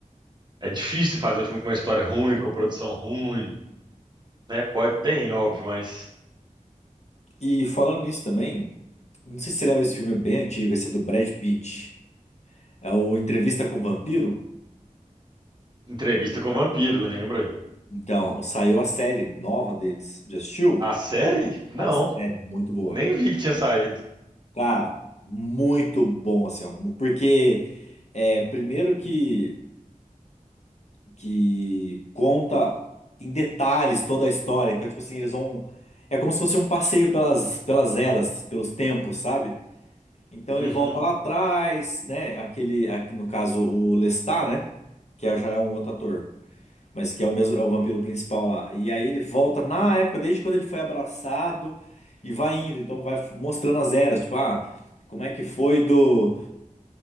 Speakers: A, on the right; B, on the left.
A: É difícil fazer um filme com uma história ruim, com produção ruim, né? Pode, tem, óbvio, mas.
B: E falando nisso também, não sei se você lembra esse filme é bem antigo, esse é do Brad Pitt. É o Entrevista com o Vampiro.
A: Entrevista com o Vampiro, lembra?
B: Então, saiu a série nova deles. Já assistiu?
A: A série? Não,
B: A série, muito boa.
A: nem vi que tinha saído.
B: Cara, muito bom, assim, ó, porque é, primeiro que, que conta em detalhes toda a história. Então, tipo assim, eles vão. É como se fosse um passeio pelas, pelas eras, pelos tempos, sabe? Então
A: Uhum,
B: ele volta lá atrás, né? Aquele, aqui, no caso, o Lestat, né? Que é- já é um outro ator, mas que é o mesmo, é o vampiro principal lá. E aí ele volta na época, desde quando ele foi abraçado e vai indo. Então vai f- mostrando as eras, tipo, ah, como é que foi do.